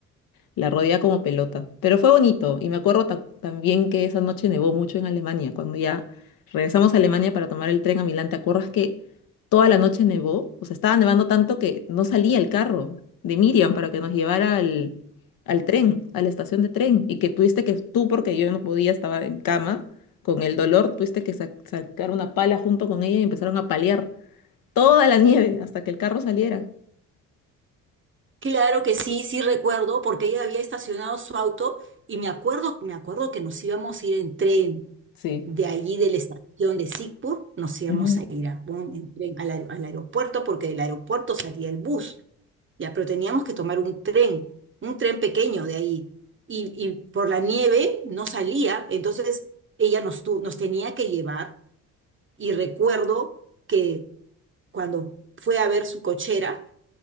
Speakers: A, on the left; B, on the right.
A: La rodea como pelota. Pero fue bonito. Y me acuerdo ta- también que esa noche nevó mucho en Alemania. Cuando ya regresamos a Alemania para tomar el tren a Milán, ¿te acuerdas que toda la noche nevó? O sea, estaba nevando tanto que no salía el carro de Miriam para que nos llevara al, al tren, a la estación de tren. Y que tuviste que, tú, porque yo no podía, estaba en cama con el dolor, tuviste que sa- sacar una pala junto con ella y empezaron a paliar toda la nieve hasta que el carro saliera.
B: Claro que sí, sí recuerdo, porque ella había estacionado su auto y me acuerdo, me acuerdo que nos íbamos a ir en tren
A: Sí.
B: de allí de la estación de Sigpur, nos íbamos
A: Ujú.
B: a ir a un- en tren al, aer- al aeropuerto, porque del aeropuerto salía el bus, ya, pero teníamos que tomar un tren, un tren pequeño de ahí, y, y por la nieve no salía, entonces ella nos, tu- nos tenía que llevar, y recuerdo que cuando fue a ver su cochera,